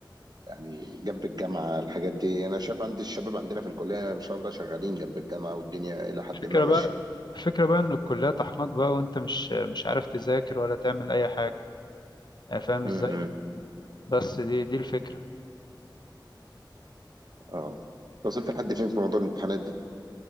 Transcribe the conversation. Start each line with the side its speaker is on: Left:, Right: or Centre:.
Right: يعني جنب الجامعة الحاجات دي انا شايف عندي الشباب عندنا في الكلية ما شاء الله شغالين جنب الجامعة والدنيا الى حد
Left: الفكرة
Right: ما ماشية
Left: بقى الفكرة بقى ان الكلية طحناك بقى وانت مش مش عارف تذاكر ولا تعمل اي حاجة يعني فاهم
Right: امم
Left: ازاي بس دي دي الفكرة
Right: اه وصلت لحد فين في موضوع الامتحانات ده